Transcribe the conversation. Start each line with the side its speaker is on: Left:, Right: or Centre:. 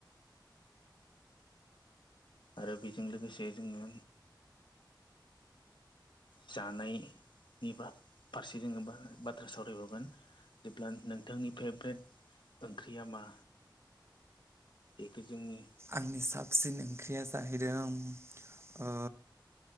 Left: आरो बेजों लोगोसे जोंङो जानायनि फारसे जोंङो बाथ्रा सावरायबावगोन जेब्ला नोंथांनि फेभ्रेट ओंख्रिया मा बेेखौ जोंनि
Right: आंनि साबसिन ओंख्रिया जाहैदों